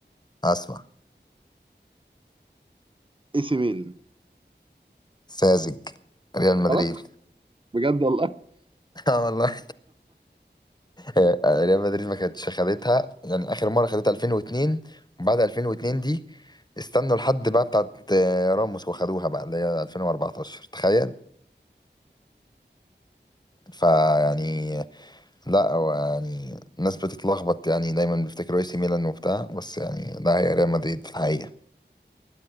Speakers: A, on the left; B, on the right.
A: اسمع
B: إي سي ميلان
A: ساذج ريال مدريد
B: غلط بجد والله <laughs>
A: <laughs> اه والله آه، ريال مدريد ما كانتش خدتها يعني اخر مره خدتها 2002 وبعد 2002 دي استنوا لحد بقى بتاعت آه، راموس وخدوها بقى اللي هي 2014 تخيل فيعني لا هو يعني الناس بتتلخبط يعني دايما بيفتكروا اي سي ميلان وبتاع بس يعني لا هي ريال مدريد في الحقيقه